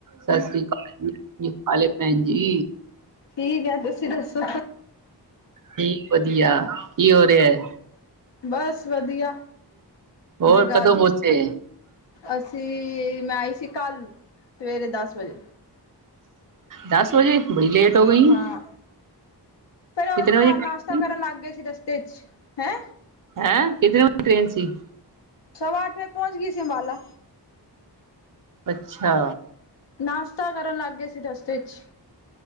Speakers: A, on the right; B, on the left.
A: ਸਤਿ ਸ੍ਰੀ ਅਕਾਲ ਜੀ ਕੀ ਹਾਲ ਭੈਣ ਜੀ।
B: ਠੀਕ ਹੈ ਤੁਸੀਂ ਦੱਸੋ?
A: ਠੀਕ ਵਧੀਆ। ਕੀ ਹੋ ਰਿਹਾ?
B: ਬਸ ਵਧੀਆ।
A: ਹੋਰ
B: ਜਗਾ
A: ਕਦੋਂ ਪੁੱਚੇ।
B: ਅਸੀਂ, ਮੈਂ ਆਈ ਸੀ ਕੱਲ, ਸਵੇਰੇ ਦਸ ਵਜੇ।
A: ਦਸ ਵਜੇ ਬੜੀ ਲੇਟ। ਹੋ ਗਈ
B: ਹਾਂ। ਫੇਰ ਉਹ
A: ਕਿਤਨੇ ਵਜੇ ਟ੍ਰੇਨ
B: ਨਾਸ਼ਤਾ ਕਰਨ
A: ਸੀ
B: ਲੱਗ ਗਏ ਸੀ ਰਸਤੇ ਚ' ਹੈਂ।
A: ਹੈਂ। ਕਿਦੇ ਟ੍ਰੇਨ ਸੀ।
B: ਸਵਾ ਅੱਠ ਵਜੇ ਪਹੁੰਚ ਗਈ ਸਿ ਅਬਾਲਾ।
A: ਅੱਛਾ।
B: ਨਾਸਤਾ ਕਰਨ ਲਾੱਗ ਗੇ ਸੀ ਰਸਤੇ ਇਚ।